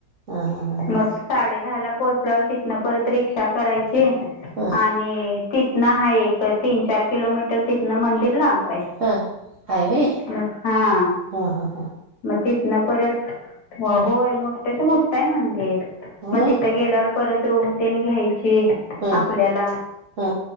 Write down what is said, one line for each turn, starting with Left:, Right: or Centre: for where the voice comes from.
Right: ह ह ह
Left: मग
Right: ह.
Left: साडे दहाला पोहोचल्यावर तिथनं परत रिक्षा करायची.
Right: हा
Left: आणि ति थन हाय एक तीन, चार किलोमीटर तिथंन मंदिर लांब आय
Right: हा हाय व्हय
Left: म हा.
Right: हा हा हां.
Left: म तिथन परत म होय. मोठ च्या मोठं आय मंदिर
Right: होय
Left: म तिथं गेल्यावर परत रूम तेन घ्यायची.
Right: हा
Left: आपल्याला
Right: हा